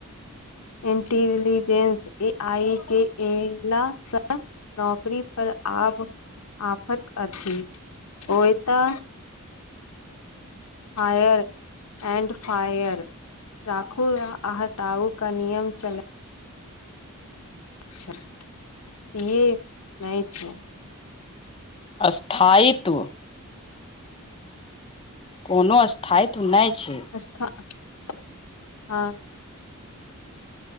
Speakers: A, on the left (about 85°); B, on the left (about 25°).
A: इंटेलिजेंस ए आई केँ एला स नौकरी पर आब आफत अछि ओय तऽ हायर एंड फायर राखू या आ हटाउ केँ नियम चलय <unintelligible>
B: स्थायित्व कोनो स्थायित्व नहि छै
A: <unintelligible>